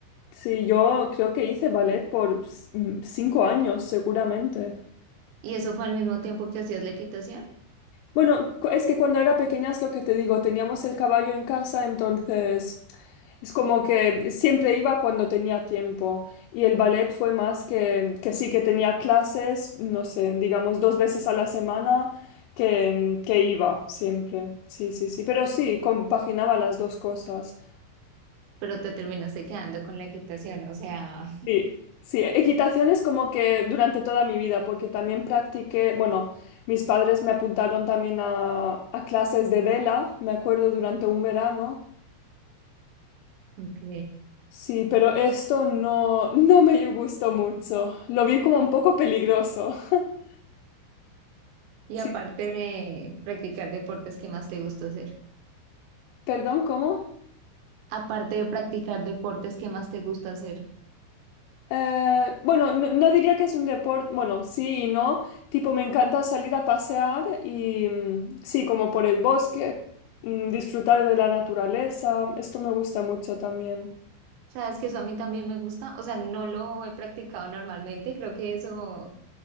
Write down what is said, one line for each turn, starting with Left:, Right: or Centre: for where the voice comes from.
Left: Sí, yo creo que hice ballet por s- mm, cinco años, seguramente.
Right: Y eso fue al mismo tiempo que hacías la equitación,
Left: Bueno, cu- es que cuando era pequeña es lo que te digo, teníamos el caballo en casa, entonces es como que siempre iba cuando tenía tiempo. Y el ballet fue más que, que sí, que tenía clases, no sé, digamos dos veces a la semana que, que iba siempre. Sí, sí, sí. Pero sí, compaginaba las dos cosas.
Right: pero te terminaste quedando con la equitación, o sea,
Left: Sí, sí, equitación es como que durante toda mi vida, porque también practiqué, bueno, mis padres me apuntaron también a, a clases de vela, me acuerdo, durante un verano.
Right: <laughs> ok.
Left: Sí, pero esto no, no me gustó mucho. Lo vi como un poco peligroso. <laughs>
Right: Y
Left: Sí,
Right: aparte de practicar deportes, ¿qué más te gusta hacer?
Left: perdón, ¿cómo?
Right: Aparte de practicar deportes, ¿qué más te gusta hacer?
Left: Eh, bueno, no, no diría que es un deporte, bueno, sí y no, tipo me encanta salir a pasear y mm, sí, como por el bosque, mm, disfrutar de la naturaleza, esto me gusta mucho también.
Right: Sabes que eso a mí también me gusta, o sea, no lo he practicado normalmente, creo que eso,